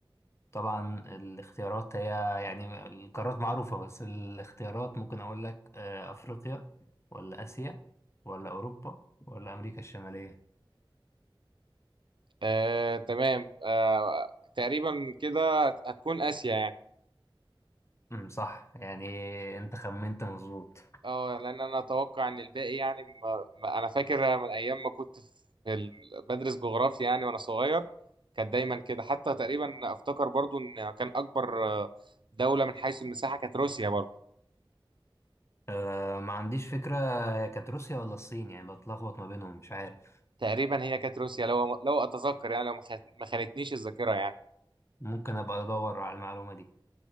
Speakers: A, on the left; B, on the right.
A: طبعا الاختيارات هي يعني القارات معروفة بس الاختيارات ممكن أقول لك آه، أفريقيا ولا آسيا ولا أوروبا ولا أمريكا الشمالية
B: آه تمام آه تقريبا كده هت- هتكون آسيا يعني
A: امم صح يعني أنت خمنت مظبوط
B: اه لان انا اتوقع ان الباقي يعني ما ما انا فاكر من ايام ما كنت في ال- بدرس جغرافيا يعني وانا صغير كانت دايما كده حتى تقريبا افتكر برضو ان كان اكبر آه، دولة من حيث المساحة كانت روسيا برضو
A: أه ما عنديش فكرة هي كانت روسيا ولا الصين يعني بتلخبط ما بينهم مش عارف
B: تقريبا هي كانت روسيا لو لو اتذكر يعني لو ما خانت- ما خانتنيش الذاكرة يعني
A: ممكن أبقى أدور على المعلومة دي